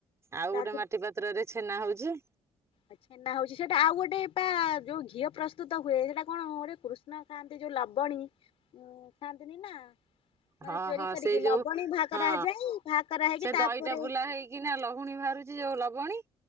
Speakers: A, on the right (about 30°); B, on the left (about 75°).
A: ଆଉ
B: ତା
A: ଗୋଟିଏ ମାଟି ପାତ୍ରରେ ଛେନା ହଉଚି।
B: ଏ ଛେନା ହଉଚି ସେଟା ଆଉ ଗୋଟେ ପା ଯୋଉ ଘିଅ ପ୍ରସ୍ତୁତ ହୁଏ ସେଇଟା କଣ ଗୋଟାଏ କୃଷ୍ ନା ଖାଆନ୍ତି ଯୋଉ ଲବଣୀ ଉଁ ଖାଆନ୍ତିନି ନା? ମାନେ
A: ହଁ
B: ଚୋରି
A: ହଁ
B: କରିକି
A: ସେ ଯୋଉ
B: ଲବଣୀ ବାହା କରାଯାଏ
A: ହଁ
B: ବାହା କରା ହେଇକି
A: ସେ
B: ତାପରେ
A: ଦହିଟା ବୁଲା ହେଇକି ନା ଲହୁଣୀ ଭାଆରୁ ଯିଏ ଓ ଲବଣୀ